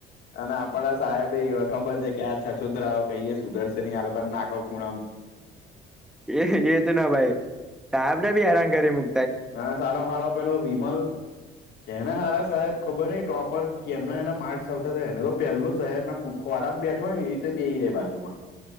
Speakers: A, on the left; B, in the centre.
A: અને આપડા સાહેબ એવા ખબર છે કે આ છછુદરાઓ કહીએ સુદર્શ આ લોકોને નાખો <unintelligible>
B: એ એજ ના ભાઈ સાહેબ ને બી હેરાન કરી મૂ
A: અને સારો હાળો પેલો વિમલ એને હારા સાહેબ ખબર ની ટોપર કે એમના એના માર્ક્સ આવતા હતા એને તો પહેલો સાહેબ ખોડામાં બેઠોય એ રીતે બેહી રહે બાજુમાં